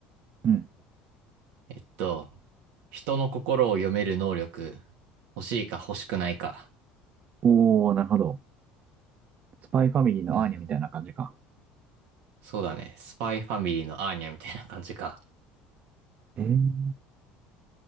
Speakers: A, on the right; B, on the right.
A: え、うん。
B: えっと、人の心を読める能力、欲しいか欲しくないか。
A: おー、なるほど。スパイファミリーのアーニャみたいな感じか。
B: うん。そうだね。スパイファミリーのアーニャみたいな感じか。
A: えー、